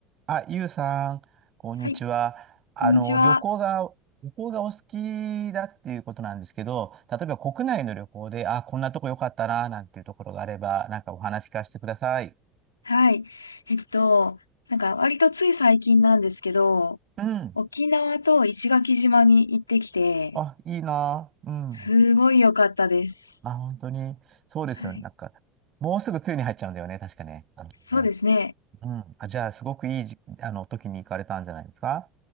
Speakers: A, on the right (about 35°); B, on the left (about 80°).
A: あ、ゆうさん、こんにちは。
B: はい、
A: あの、
B: こんにちは。
A: 旅行が、旅行がお好きだっていうことなんですけど、例えば国内の旅行で、あ、こんなとこ良かったな、なんていうところがあれば、なんかお話聞かせてください。
B: はい。えっと、なんか割とつい最近なんですけど、
A: うん。
B: 沖縄と石垣島に行ってきて、
A: あ、いいな。うん。
B: すごい良かったです。
A: あ、本当に。そうですよね。
B: はい。
A: なんか、もうすぐ梅雨に入っちゃうんだよね。確かね。あのね。
B: そうですね。
A: うん。あ、じゃあ、すごくいいじ、あの、時に行かれたんじゃないですか。